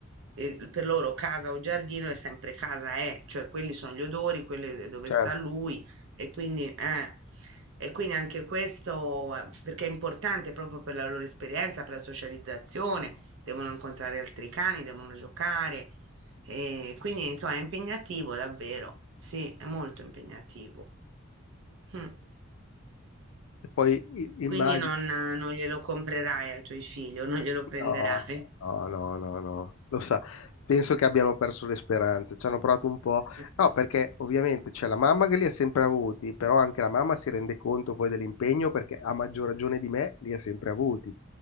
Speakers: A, on the right; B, on the left.
A: eh, per loro casa o giardino è sempre casa, eh, cioè quelli sono gli odori, quelli dove
B: certo.
A: sta lui e quindi, eh, e quindi anche questo, eh, perché è importante proprio per la loro esperienza, per la socializzazione, devono incontrare altri cani, devono giocare, e quindi insomma è impegnativo davvero, sì, è molto impegnativo. Mm.
B: E poi immagino.
A: Quindi non, non glielo comprerai ai tuoi figli o non glielo prenderai.
B: No, no, no, no, no. Lo sa, penso che abbiano perso le speranze. Ci hanno provato un po'.
A: <laughs>
B: No, perché ovviamente c'è la mamma che li ha sempre avuti, però anche la mamma si rende conto poi dell'impegno perché a maggior ragione di me li ha sempre avuti.